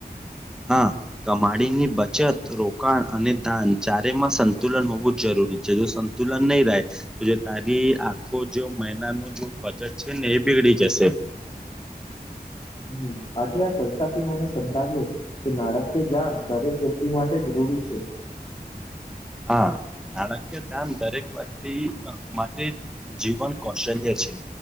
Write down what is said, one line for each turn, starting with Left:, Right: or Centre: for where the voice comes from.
Centre: હા. કમાડીની બચત રોકાણ અને દાન ચારેમાં સંતુલન હોવું જ જરૂરી છે જો. તુલન નહી ર તો જે તારી આખો જો મહિના ન. જજ કેને એ બીગડી છેશે.
Left: હ હજી આ ચલસા થી મને સમજાવ્યો. કે નાણાકીય જ્ઞાન દરેક વ્યક્તિ માટે જરૂરી છે.
Centre: હા નાણાકીય જાન દરેક વત. તે જીવન કૌશલ્ય છે.